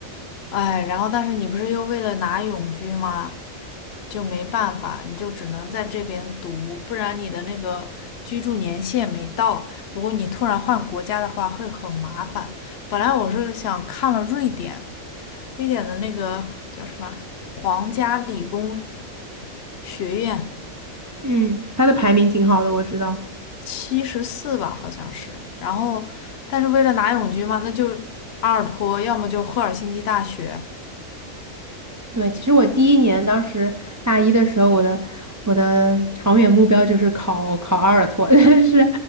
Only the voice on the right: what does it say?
嗯，他的排名挺好的，我知道。
对，其实我第一年当时大一的时候，我的我的长远目标就是考考阿尔托，<laughs> 但是